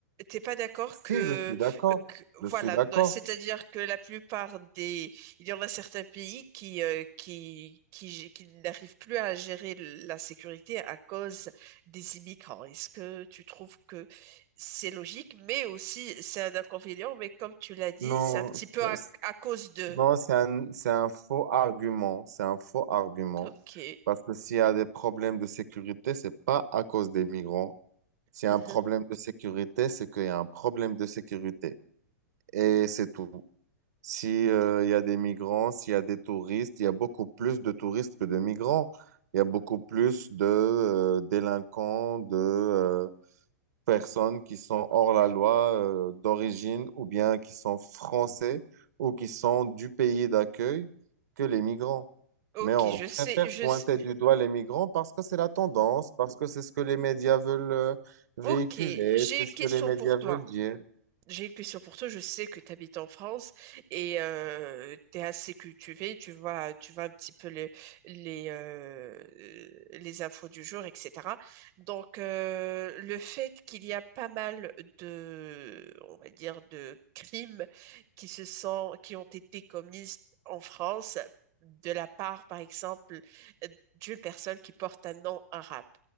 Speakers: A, on the right; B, on the right.
A: T'es pas d'accord
B: Si,
A: que,
B: je suis d'accord,
A: que- voilà,
B: je suis d'accord.
A: do- c'est-à-dire que la plupart des, il y en a certains pays qui euh, qui qui, gé- qui n'arrivent plus à gérer la sécurité à cause des immigrants. Est-ce que tu trouves que c'est logique, mais aussi c'est un inconvénient, mais comme tu l'as dit,
B: Non,
A: c'est un petit peu
B: c'est-
A: à, à cause de.
B: non, c'est un, c'est un faux argument, c'est un faux argument.
A: Ok,
B: Parce que s'il y a des problèmes de sécurité, c'est pas à cause des migrants. S'il y
A: Mhm.
B: a un problème de sécurité, c'est qu'il y a un problème de sécurité. Et c'est tout. Si, euh, il y a des migrants, s'il y a des touristes, il y a beaucoup plus de touristes que de migrants. Il y a beaucoup plus de euh, délinquants, de euh, personnes qui sont hors la loi euh, d'origine ou bien qui sont français ou qui sont du pays d'accueil que les migrants.
A: ok,
B: Mais on
A: je
B: préfère
A: sais, je
B: pointer
A: sais.
B: du doigt les migrants parce que c'est la tendance, parce que c'est ce que les médias veulent euh, véhiculer,
A: Ok, j'ai
B: c'est
A: une
B: ce
A: question
B: que les médias
A: pour toi.
B: veulent dire.
A: J'ai une question pour toi. Je sais que tu habites en France et tu es assez cultivé. Tu vois, tu vois un petit peu les les, euh, les infos du jour, etc. Donc, euh, le fait qu'il y a pas mal de, on va dire, de crimes qui se sont, qui ont été commis en France de la part, par exemple, d'une personne qui porte un nom arabe.